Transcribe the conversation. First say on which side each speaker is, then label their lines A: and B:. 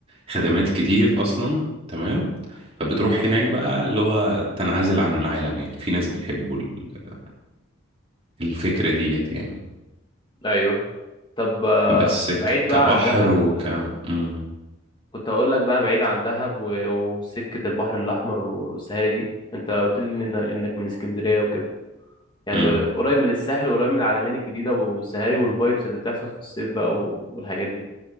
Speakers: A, on the right; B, on the left.
A: خدمات كتير أصلا تمام فبتروح هناك بقى اللي هو تنعزل عن العالم يعني في ناس بيحبوا ال- الفكرة ديت يعني
B: ايوه طب آه،
A: بس ك-
B: بعيد
A: كبحر
B: بقى عن دهب
A: وك مم.
B: كنت هقول لك بقى بعيد عن دهب و- وسكه البحر الاحمر والسهاري دي انت قلت لي إن- انك من اسكندريه وكده يعني
A: مم.
B: قريب من الساحل وقريب من العلمين الجديدة والسهاري والفايبس اللي بتحصل في الصيف بقى و- والحاجات دي